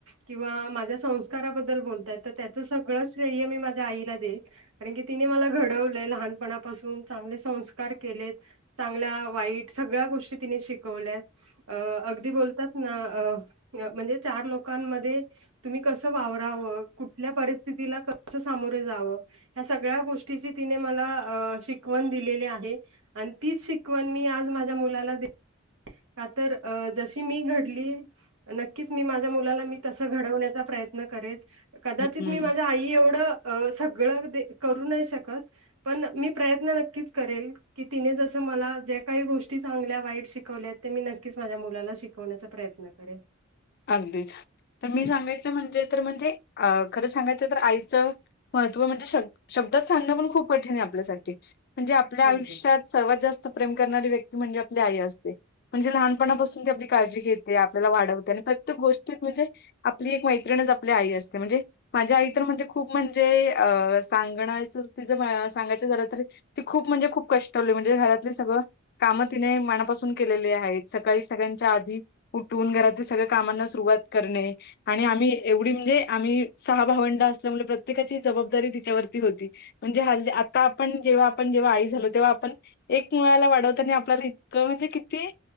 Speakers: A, on the right; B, on the left.
A: किंवा माझ्या संस्काराबद्दल बोलतायत, तर त्याचं सगळं श्रेय मी माझ्या आईला देईल. कारण की तिने मला घडवलंय, ‌लहानपणापासून चांगले संस्कार केलेत. चांगल्या वाईट सगळ्या गोष्टी तिने शिक वल्या अगदी बोलतात ना, म्हणजे चार लोकांमध्ये तुम्ही कसं वावरावं कुठल्या परिस्थितीला क कसं सामोरे जावं ह्या सगळ्या गोष्टीची तिने मला अ शिकवण दिलेली आहे. आणि तीच शिकवण मी आज माझ्या मुलाला दे का तर जशी मी घडली नक्कीच मी माझ्या मुलाला मी तस घडवण्याचा प्रयत्न करेन, कदाचित
B: हं. हं.
A: मी माझ्या आई ही एवढं सगळं करू नाही शकत पण मी प्रयत्न नक्कीच करेल. की तिने जसं मला ज्या काही गोष्टी चांगल्या वाईट शिकवल्या ते मी नक्कीच माझ्या मुलाला शिकवण्याचा प्रयत्न करेन.
B: अगदीच तर मी सांगायचं म्हणजे तर म्हणजे अ खरं सांगायचं म्हणेज तर आईचं. महत्त्व म्हणजे शब् शब्दात सांगणं पण खूप कठीण आहे आपल्यासाठी म्हणजे आपल्या आयुष्यात
A: अगदीच.
B: सर्वात जास्त प्रेम करणारी व्यक्ती म्हणजे आपली आई असते. म्हणजे लहानपणापासून ती आपली काळजी घेते आपल्याला वाढवते आणि प्रत्येक गोष्टीत म्हणजे आपली एक मैत्रिणच आपली आई असते म्हणजे माझ्या आई तर म्हणजे खूप म्हणजे अ सांगण्याचं तिचं सांगायचं झालं तरी ती खूप म्हणजे खूप कष्टळु म्हणजे घरातल सगळं काम तिने मनापासून केलेली आहेत सकाळी सगळ्यांच्या आधी उठून घरातील सगळ कामांना सुरुवात करणे. आणि आम्ही एवढी म्हणजे आम्ही सहा भावंड असल्यामुळे प्रत्येकाची जबाबदारी तिच्यावरती होती. म्हणजे ह आता आपण जेव्हा आपण जेव्हा आई झालो तेव्हा आपण एक मुलाला वाढवताने आपल्याला इतकं म्हणजे किती